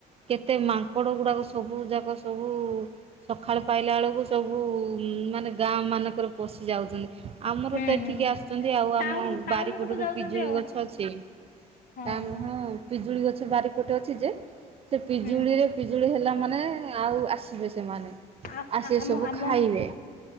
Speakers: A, on the right; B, on the left.
A: କେତେ ମାଙ୍କଡ଼ ଗୁଡ଼ାକ ସବୁ ଯାକ ସବୁ ସକାଳୁ ପାଇଲା ବେଳକୁ ସବୁ ମାନେ ଗାଁ ମାନଙ୍କରେ ପଶି ଯାଉଚନ୍ତି। ଆମର
B: ହୁଁ
A: ତ ଏଠିକି
B: ହୁଁ
A: ଆସୁଚନ୍ତି ଆଉ
B: ଟାଉନ
A: ଆମ
B: ଟାଉନ
A: ବାରିପଟ
B: କୁ ତ
A: ଗୋଟେ
B: ଯାଉଛନ୍ତି
A: ପିଜୁଳି
B: ଆଉ
A: ଗଛ ଅଛି।
B: ହଁ
A: ତା ମୁହଁ
B: ହଁ
A: ପିଜୁଳି ଗଛ ବାରିପଟେ ଅଛି ଯେ। ସେ ପିଜୁଳିରେ
B: ହୁଁ
A: ପିଜୁଳି ହେଲା ମାନେ ଆଉ ଆସ ଆସିବେ ସେମାନେ
B: ଆ
A: ଆସିବକି
B: ଆମ
A: ସବୁ
B: ଆମ
A: ଖାଇବେ।